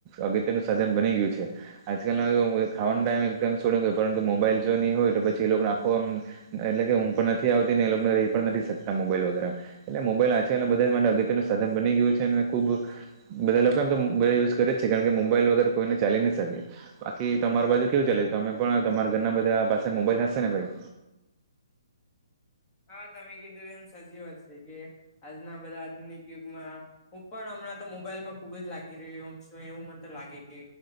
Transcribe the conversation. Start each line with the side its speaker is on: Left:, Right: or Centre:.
Right: અગત્યનું સાધન બની ગયું છે. આજકાલમાં ખાવાનું ટાઈમ એકદમ સોય પરંતુ મોબાઈલ જો ની હોય તો પછી એ લોકો ને આખું આમ એટલે કે ઊગ પણ નથી આવતી ને એ લોકોને રહી પણ નથી શકતા મોબાઈલ વગેરે એમ. એટલે મોબાઈલ આજકાલના બધા માટે અગત્યનું સધન બની ગયું છે અને ખુબ બધા લોકો એમ તો યુઝ કરે જ છે, કારણ કે મોબાઈલ વગેરે કોઈને ચાલી ની શકે. બાકી તમાર બાજુ કેવું ચાલે તમે પણ તમારા ઘરના બધા પાસે મોબાઈલ હશે ને ભાઈ?
Left: હા તમે કીધું એમ સાચી વાત છે કે આજના બધા આધુનિક યુગમાં. હું પણ હમણાં તો મોબાઈલમાં ખુબ જ લાગી રહ્યોમ છ એવું મને તો લાગે કે